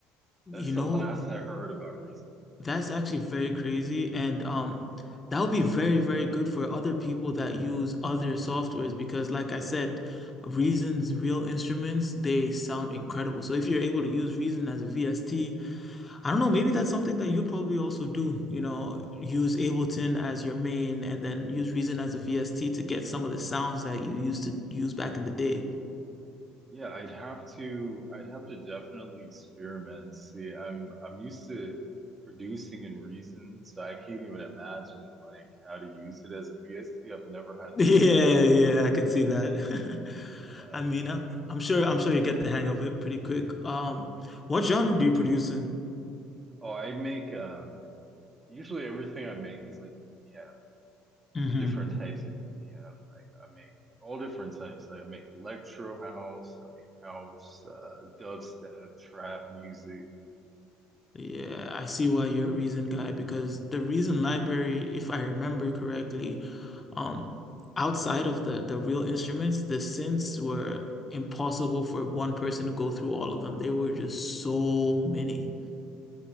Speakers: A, on the left (about 25°); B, on the right (about 30°).
A: You
B: That's the
A: know,
B: last I heard about Reason.
A: That's actually very crazy. And um, that would be very, very good for other people that use other softwares because, like I said, Reason's real instruments, they sound incredible. So if you're able to use Reason as a VST, I don't know, maybe that's something that you'd probably also do. You know, use Ableton as your main and then use Reason as a VST to get some of the sounds that you used to use back in the day.
B: Yeah, I'd have to I'd have to definitely experiment. See, I'm I'm used to producing in Reason, so I can't even imagine like how to use it as a VST. I've never had
A: <laughs> Yeah,
B: to like think
A: yeah,
B: like
A: I could
B: that
A: see
B: word.
A: that. <laughs>
B: Yeah.
A: I mean, I'm,
B: But
A: I'm sure I'm sure you get the hang of it pretty quick. Um, what genre do you produce in?
B: oh, I make um usually everything I make is like EDM.
A: Mm-hmm.
B: So different types of EDM. Like I make all different types. Like I make electro house, I make house, uh dubstep, trap music.
A: Yeah, I see why you're a reason guy because the reason library, if I remember correctly, um, outside of the the real instruments, the synths were impossible for one person to go through all of them. They were just so many.